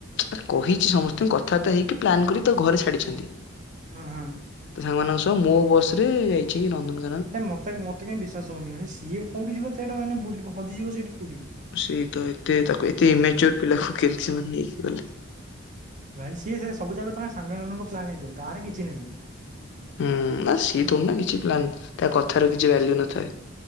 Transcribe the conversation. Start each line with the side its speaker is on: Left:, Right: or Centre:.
Left: ଆ କହିଛି ସମସ୍ତଙ୍କୁ କଥାବାର୍ତା ହେଇକି ପ୍ଲାନ୍ କରିିକି ତ ଘରେ ଛାଡିଛନ୍ତି। ତ
Right: ହଁ ହଁ।
Left: ସାଙ୍ଗମାନଙ୍କ ସହ ମୋ ବସରେ ଯାଇଛି ନନ୍ଦନକାନ
Right: ହେ ମତେ ମତେ କାଇଁ ବିଶ୍ୱାସ ହଉନି ସିଏ କୋଉଠି ଯିବ ଏତେ ବାଟ ମାନେ ହଜିଯିବ ସେଠି କୋଉଠି?
Left: ସେଇ ତ ଏତେ ତାକୁ ଏତେ ଇମେଚର ପିଲାକୁ କେମତି ସେମାନେ ନେଇକି ଗଲେ?
Right: ଭାଇ ସିଏ ସେ ସବୁ ଜାଗା ତମେ ସାଙ୍ଗମାନଙ୍କ ପ୍ଲାନ୍ ହେଇଥିବ ତାର କିଛି ନାହିଁ।
Left: ହୁଁ ନା ସିଏ ଥୋଡ଼ି ନା କିଛି ପ୍ଲାନ୍ ତା କଥାର କିଛି ଭାଲ୍ୟୁ ନଥାଏ।